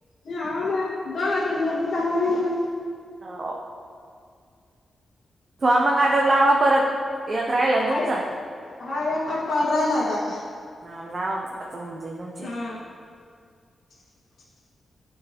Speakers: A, on the left; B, on the right.
A: नाही आ ना दोघ आ त मी अगदी चांगलं नाही ना
B: हा ो मंग आता लावा परत एक राहिला
A: हा
B: ना तुमचा
A: हा एकाच पाड राहिला आता
B: हा लाव आता म्हते तुमचे
A: हा <inaudible>